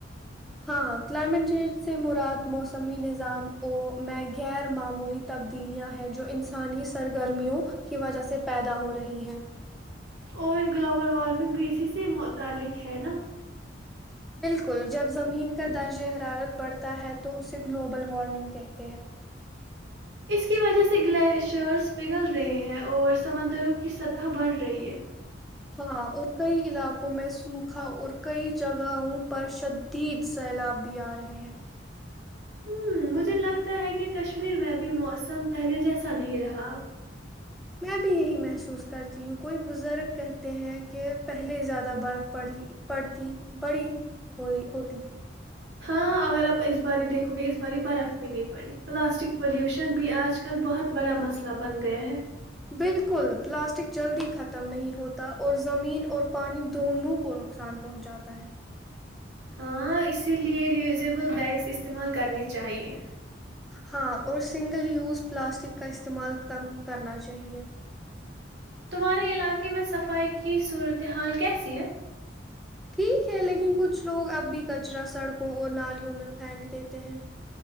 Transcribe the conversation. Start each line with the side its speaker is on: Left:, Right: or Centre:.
Centre: ہاں ہاں کلائمیٹ چینج سے مراد موسمی نظام او میں غیر معمولی تبدیلیاں ہیں جو انسانی سرگرمیوں کی وجہ سے پیدا ہو رہی ہیں
Right: اور گلوبل وارمنگ بھی کسی سے متعلق ہے نا
Centre: بالکل جب زمین کا درجہ حرارت بڑھتا ہے تو اسے گلوبل وارمنگ کہتے ہیں
Right: اس کی وجہ سے گلیشرس پگھل رہے ہیں اور سمندروں کی سطح بڑھ رہی ہے
Centre: ہاں اور کئی علاقوں میں سوکھ اور کئی جگہوں پر شدید سیلاب بھی آ رہے ہیں
Right: ہ مجھے لگتا ہے کہ کشمیر میں ابھی موسم پہلے جیسا نہیں رہا اب
Centre: میں بھی یہی محسوس کرتی ہوں کوئی بزرگ کہتے ہیں کہ پہلے زیادہ برف پڑی پڑتی بڑی ہوی ہوتی تھی
Right: ہاں اگر آپ اس بار دیکھو گے اس باری برف بھی نہیں پڑی پلاسٹک پلیوشن بھی آج کل بہت بڑا مسئلہ بن گیا ہے
Centre: بالکل پلاسٹک جلدی ختم نہیں ہوتا اور زمین اور پانی دونوں کو نقصان پہنچاتا ہے
Right: ہاں اسی لیے ریوزیبل بیگس استعمال کرنے چاہیے
Centre: ہاں اور سنگل یوز پلاسٹک کا استعمال کم کرنا چاہیے
Right: تمہارے علاقے میں صفائی کی صورتحال کیسی ہے
Centre: ٹھیک ہے لیکن کچھ لوگ اب بھی کچرا سڑکوں اور نالیوں میں پھینک دیتے ہیں